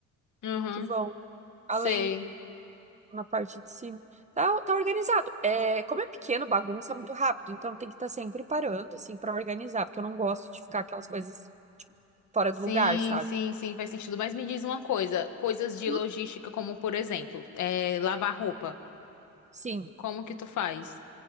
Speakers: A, on the left (about 70°); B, on the right (about 25°).
A: Uhum,
B: que vão
A: sei.
B: além na parte de cima. Tá, tá organizado. É, como é pequeno, bagunça muito rápido. Então tem que estar sempre parando, assim, pra organizar. Porque eu não gosto de ficar aquelas coisas tipo, fora
A: Sim,
B: do lugar, sabe?
A: sim, sim, faz sentido. Mas me diz uma coisa, coisas de
B: Uhum.
A: logística, como por exemplo, é, lavar roupa.
B: Sim.
A: Como que tu faz?